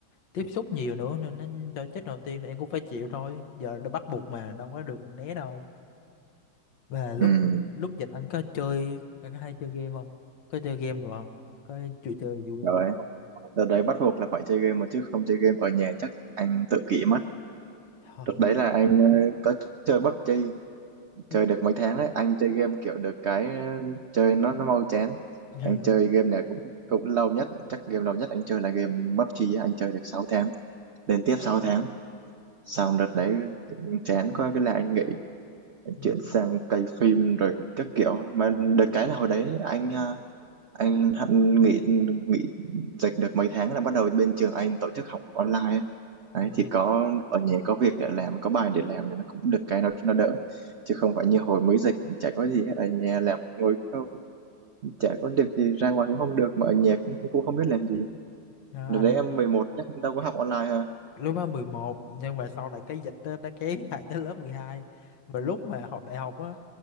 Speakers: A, on the left; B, on the right.
A: tiếp xúc nhiều nữa nên nó cho chết đầu tiên em cũng phải chịu thôi giờ nó bắt buộc mà đâu có được né đâu và lúc
B: ừ
A: lúc dịch anh có chơi anh có hay chơi game không có chơi game được không có chuyện chơi vui
B: rồi
A: không
B: đợt đấy bắt buộc là phải chơi game mà chứ không chơi game ở nhà chắc anh tự kỷ mất
A: <laughs> Ờ.
B: đợt đấy là anh ờ, có chơi PUBG
A: Ừ.
B: chơi được mấy tháng đấy anh chơi game kiểu được cái ờ, chơi nó nó mau chán
A: Dạ.
B: anh chơi game này cũng cũng lâu nhất chắc game lâu nhất anh chơi là game PUBG á, anh chơi được sáu tháng liên tiếp sáu tháng xong đợt đấy chán quá cái là anh nghỉ
A: Ừ.
B: chuyển sang cày phim rồi các kiểu mà được cái là hồi đấy anh ờ, anh hận nghỉ nghỉ dịch được mấy tháng là bắt đầu bên trường anh tổ chức học online đấy
A: Ờ,
B: thì có ở nhà có việc để làm có bài để làm thì nó cũng được cái nó nó đỡ chứ không phải như hồi mới dịch chả có gì hết ở nhà làm ngồi không chả có được gì ra ngoài cũng không được mà ở nhà cũng, cũng không biết làm gì
A: ờ,
B: rồi
A: anh
B: đấy em 11 chắc đâu có học online ha
A: lúc đó 11 nhưng mà sau này cái dịch đó, nó kéo lại tới lớp 12. và lúc mà học đại học á